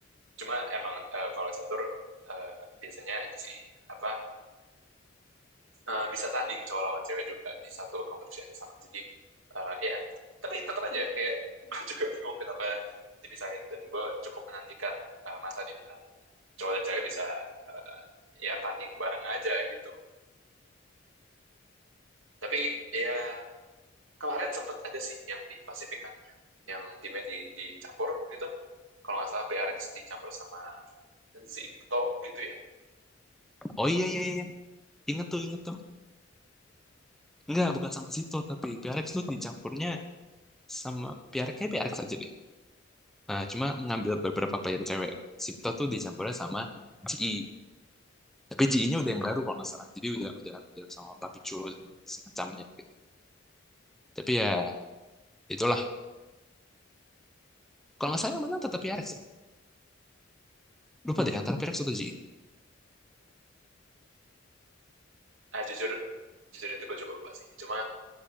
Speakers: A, on the right; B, in the centre.
A: cuma emang eh, kalau catur eh, biasanya ini sih apa eh, bisa tanding cowok lawan cewek juga di satu kompetisi yang sama jadi eh, ya tapi tetap aja kayak <laughs> gue juga bingung kenapa dipisahin dan gue cukup menantikan eh, masa di mana cowok dan cewek bisa eh, ya tanding bareng aja gitu Tapi ya kemarin sempet ada sih yang di Pasifik kan, yang timnya di, dicampur gitu. Kalau nggak salah PRX dicampur sama Zipto gitu ya.
B: oh iya iya iya inget tuh inget tuh enggak bukan sama Zito tapi PRX tuh dicampurnya sama PRX kayak PRX aja deh Eh, cuma mengambil beberapa player cewek Zito tuh dicampurnya sama GI tapi GI-nya udah yang baru kalau nggak salah jadi udah udah udah sama Papi Churro dan semacamnya gitu tapi ya itulah kalau nggak salah yang menang tetap PRX sih Lupa deh antara PRX atau G. I.
A: Nah jujur, jujur itu gue juga lupa sih. Cuma